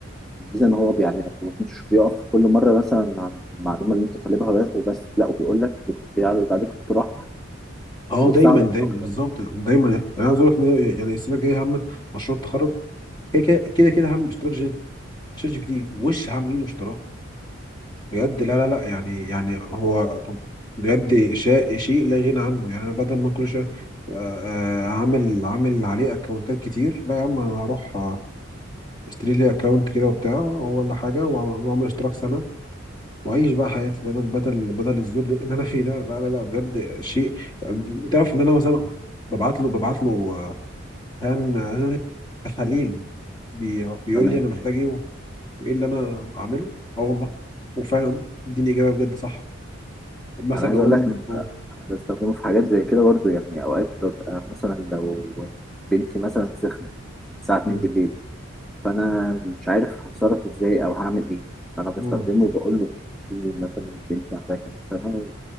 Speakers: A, in the centre; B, on the left (about 20°).
A: الميزه ان هو بيعلمك مش بيقف كل مره مثلا عند المعلومه اللي انت طالبها بس وبس لا وبيقول لك بيعرض عليك اقتراح
B: اه
A: يساعدك
B: دايما دايما
A: اكتر
B: بالظبط دايما يعني انا عايز اقول لك ان أنا يعني السنه الجايه هم مشروع التخرج كده كده كده كده هم اشتراك جي- شات جي بي تي وش عاملين له اشتراك بجد لا لا لا يعني يعني هو بجد شيء شيء لا غنى عنه يعني انا بدل ما كل شويه آه، آه، عامل عامل عليه اكونتات كتير لا يا عم انا هروح آه، اشتري لي اكونت كده وبتاع ولا حاجه وأع- واعمل اشتراك سنه واعيش بقى حياتي بدل بدل بدل الذل اللي انا فيه ده لا لا لا بجد شيء انت عارف ان انا مثلا ببعت له ببعت له آه، كان آه، تحاليل بي- بيقول
A: تمام
B: لي انا محتاج ايه وايه اللي انا اعمله اه والله وفعلا اديني اجابه بجد صح مثلا
A: انا عايز
B: اقول
A: اقول لك
B: له
A: بستخدمه في حاجات زي كده برضو يعني اوقات ببقى مثلا لو بنتي مثلا سخنت الساعه 2
B: مم،
A: بالليل فانا مش عارف هتصرف ازاي او هعمل ايه فانا بستخدمه
B: مم،
A: وبقول له في مثلا بنتي عندها كام سنه